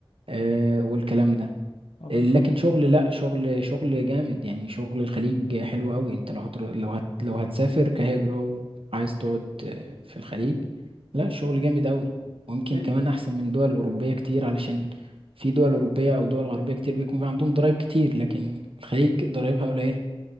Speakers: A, on the right; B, on the left.
A: آه، والكلام ده
B: اه بالظبط
A: لكن شغل لا شغل شغل جامد يعني شغل الخليج حلو قوي انت لو هتر... لو هت... لو هتسافر كهجرة وعايز تقعد في الخليج لا الشغل جامد قوي ويمكن
B: إيه؟
A: كمان احسن من دول اوروبية كتير علشان في دول اوروبية او دول غربية كتير بيكون في عندهم ضرايب كتير لكن الخليج ضرايبها قليلة